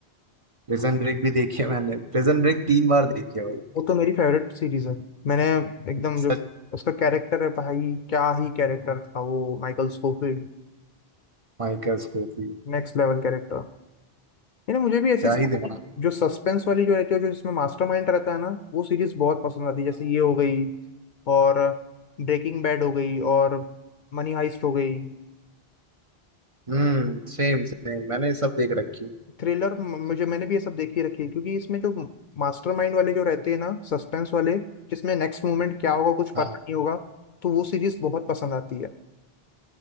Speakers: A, on the right; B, on the left.
A: प्रिजन ब्रेक भी देखी है मैंने प्रिजन ब्रेक तीन बार देखी है भाई
B: वो तो मेरी फेवरेट सीरीज है मैंने एकदम जो
A: सच
B: उसका कैरेक्टर है भाई क्या ही कैरेक्टर था वो Michael Scofield
A: Michael Scofield
B: Next level character यानी मुझे भी ऐसी
A: क्या
B: सारी
A: ही दिमाग
B: जो सस्पेंस वाली जो रहती है जो जिसमें मास्टरमाइंड रहता है ना वो सीरीज बहुत पसंद आती है
A: हाँ।
B: जैसे ये हो गई और ब्रेकिंग बैड हो गई और मनी हाइस्ट हो गई
A: हम्म सेम सेम मैंने सब देख रखी है।
B: थ्रिलर मुझे मैंने भी ये सब देखी रखी है क्योंकि इसमें जो मास्टरमाइंड वाले जो रहते हैं ना सस्पेंस वाले जिसमें नेक्स्ट मोमेंट क्या होगा कुछ
A: हाँ
B: पता नहीं होगा तो वो सीरीज बहुत पसंद आती है